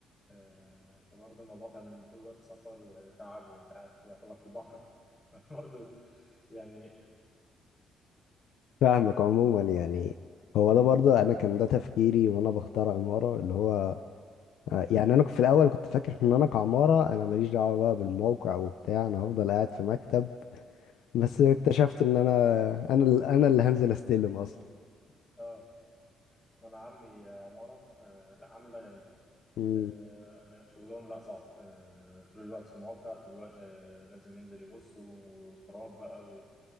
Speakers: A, on the left (about 25°); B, on the left (about 80°).
A: آه، فبرضه الموضوع كان طول الوقت سفر وتعب وانت قاعد في يعتبر في البحر <laughs> برضه يعني
B: فاهمك عموما يعني هو ده برضه انا كان ده تفكيري وانا بختار عماره اللي هو آه،
A: مم،
B: يعني انا في الاول كنت فاكر ان انا كعماره انا ماليش دعوه بقى بالموقع وبتاع انا هفضل قاعد في مكتب بس اكتشفت
A: مم.
B: ان انا انا ال- انا اللي هنزل استلم اصلا
A: اه ما انا عمي عمارة آه، لا عمي مدني
B: مم.
A: آه، شغلهم لا صعب آه، طول الوقت في الموقع طول الوقت آه، لازم ينزل يبص وتراب بقى و